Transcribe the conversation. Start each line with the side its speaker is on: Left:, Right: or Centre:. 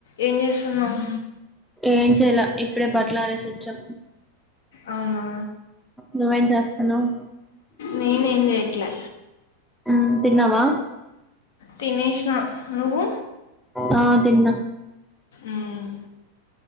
Left: ఏం చేస్తున్నావు
Centre: ఏం చెయ్యలా ఇప్పుడే బట్టలు ఆరేసొచ్చా
Left: అవునా
Centre: నువ్వేం చేస్తన్నావ్
Left: నేనేం చేయట్లా
Centre: అన్నం తిన్నావా
Left: తినేసినా, నువ్వు?
Centre: ఆ తిన్నా
Left: ఉమ్